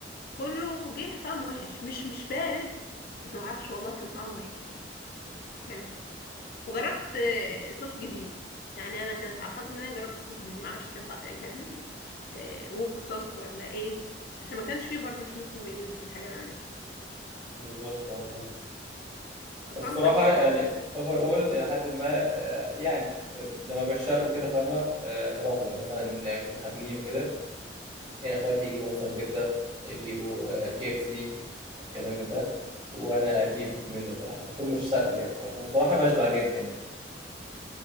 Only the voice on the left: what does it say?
كله جه طعم وحش مش مش بارد بس ما اعرفش والله كان طعم وحش كان وجربت آه، صوص جديد يعني انا كانت على الحظ ان انا جربت صوص جديد ما اعرفش كان طع... كان آه، ووك صوص ولا ايه عشان ما كانش فيه باربيكيو في المنيوز في الحاجه اللي انا جبتها
كان
طعم
وحش